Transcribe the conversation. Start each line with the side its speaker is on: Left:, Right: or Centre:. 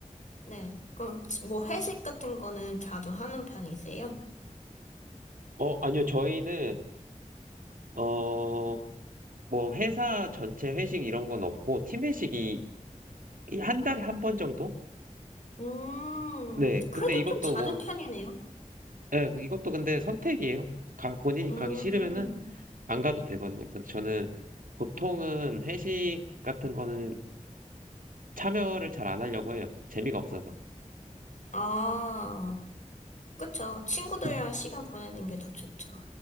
Left: 네. 그럼 지- 뭐 회식 같은 거는 자주 하는 편이세요?
Right: 어, 아니요, 저희는, 어, 뭐 회사 전체 회식 이런 건 없고 팀 회식이 이한 달에 한 번 정도?
Left: 음,
Right: 네.
Left: 그래도
Right: 근데 이것도
Left: 좀 잦은
Right: 뭐
Left: 편이네요.
Right: 예, 그 이것도 근데 선택이에요. 가- 본인이
Left: 음,
Right: 가기 싫으면은 안 가도 되거든요. 근데 저는 보통은 회식 같은 거는 참여를 잘 안 하려고 해요. 재미가 없어서.
Left: 아, 그쵸. 친구들이랑
Right: <laughs>
Left: 시간 보내는 게 더 좋죠.